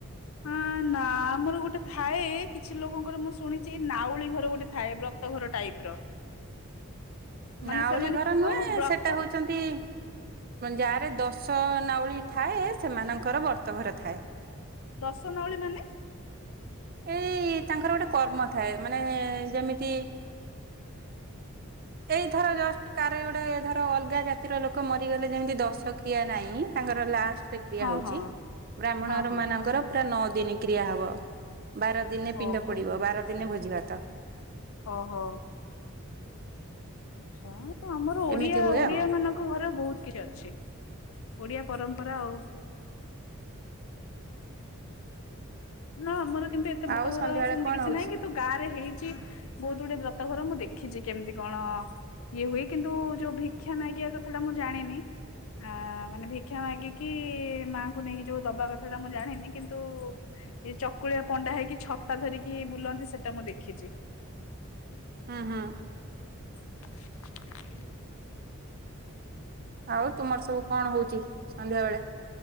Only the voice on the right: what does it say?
ନାଉଳି
ଘର ନୁହେଁ
ସେଟା ହୋଉଛି ଛନ୍ତି ଯାରେ ଦଶ ନାଉଳି ଥାଏ। ସେମାନଙ୍କର ବ୍ରତଘର ଥାଏ।
ଏଇ ତାଙ୍କର ଗୋଟେ କର୍ମ ଥାଏ ମାନେ ଯେମିତି ଏଇଧର ଜଷ୍ଟ କାର ଗୋଟେ ଧର ଅଲଗା ଜାତିର ଲୋକ ମରିଗଲେ ଯେମିତି ଦଶ କ୍ରିୟା ନାଇଁ। ତାଙ୍କର ଲାଷ୍ଟ କ୍ରିୟା
ହଉଛି
ବ୍ରାହ୍ମଣ
ଘର
ମାନଙ୍କର ପୁରା ନଅ ଦିନ କ୍ରିୟା ହବ। ବାର ଦିନେ ପିଣ୍ଡ
ପଡିବ ବାର ଦିନେ ଭୋଜି ଭାତ
ଏମିତି ହୁଏ
ଆଉ
ଆଉ ସନ୍ଧ୍ୟାବେଳେ
କଣ
ହଉଛି
ହୁଁ ହୁ
ଆଉ ତୁମର ସବୁ କଣ ହଉଛି ସନ୍ଧ୍ୟାବେଳେ?